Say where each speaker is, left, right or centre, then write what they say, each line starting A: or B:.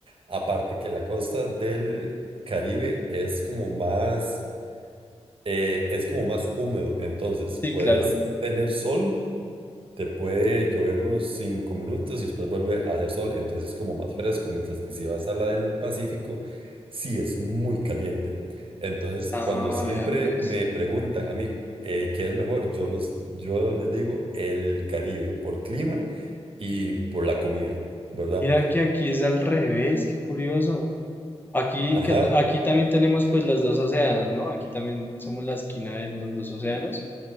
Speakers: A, on the right (about 55°); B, on the left (about 15°).
A: Aparte que la costa del Caribe es como más, eh, es como más húmedo, entonces
B: Sí,
A: puedes
B: claro.
A: tener sol te puede llover unos 5 minutos y después vuelve a hacer sol, entonces es como más fresco, mientras que si vas a la del Pacífico, sí es muy caliente. Entonces,
B: ah,
A: cuando siempre
B: vea pues.
A: me preguntan a mí eh, qué es mejor, yo, los, yo les digo el Caribe, por clima y por la comida, ¿verdad?
B: Mira que aquí es al revés, qué curioso. Aquí,
A: Ajá.
B: que ta- aquí también tenemos pues los dos océanos, ¿no? Aquí también somos la esquina de los dos océanos.